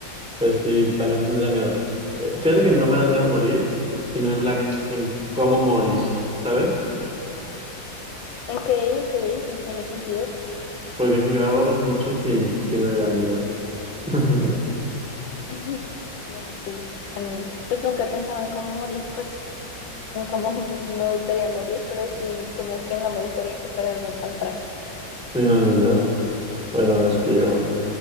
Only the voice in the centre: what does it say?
Pues sí, también tendría miedo. Eh, Fíjate que no me da miedo morir, sino en la, en cómo morir, ¿sabes?
Porque si me va a doler mucho, sí, sí me daría miedo. <laughs>
Sí, no, ni yo. Bueno, a ver, sigo.